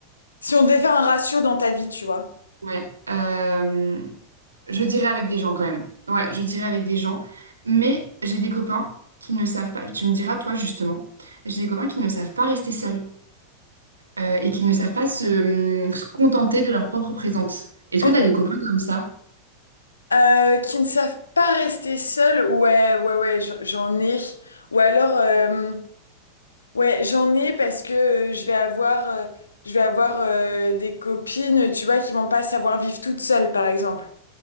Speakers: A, on the left; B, on the right.
A: Si on devait faire un ratio dans ta vie, tu vois.
B: ouais, euh, Je dirais avec des gens quand même. Ouais, je dirais avec des gens. Mais j'ai des copains qui ne savent pas, tu me diras toi justement, j'ai des copains qui ne savent pas rester seuls euh, et qui ne savent pas se, hum, se contenter de leur propre présence. Est-ce
A: Ok.
B: que tu as des copains comme ça?
A: Euh, qui ne savent pas rester seuls, ouais, ouais, ouais, j'en j'en ai. Ou alors, euh, ouais, j'en ai parce que euh, je vais avoir, euh, je vais avoir euh, des copines, tu vois, qui vont pas savoir vivre toutes seules, par exemple.